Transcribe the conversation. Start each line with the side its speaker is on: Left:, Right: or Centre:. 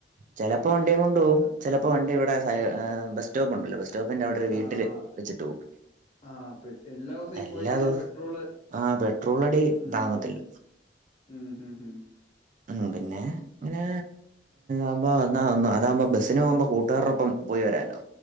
Right: ചെലപ്പോ വണ്ടി കൊണ്ട് പോകും ചെലപ്പോ വണ്ടി ഇവിടെ ബസ് സ്റ്റോപ്പ് ഉണ്ടല്ലോ ബസ് സ്റ്റോപ്പിൻ്റെ അവിടെ ഒരു വീട്ടില്
Left: ആഹ്
Right: വച്ചിട്ട് പോകും
Left: ആഹ് എല്ലാ ദിവസവും ഈ
Right: എല്ലാ
Left: പോയി കഴിഞ്ഞാ
Right: ദിവസവും
Left: പെട്രോള്
Right: ആ പെട്രോൾ അടി
Left: ഉം
Right: താങ്ങത്തില്ല
Left: ഉം ഹം ഹം
Right: ആഹ് പിന്നെ അങ്ങനെ ആവുമ്പോ അതാകുമ്പോ ബസ്സിന് പോകുമ്പോ കൂട്ടുകാാരടൊപ്പം പോയിവരാല്ലോ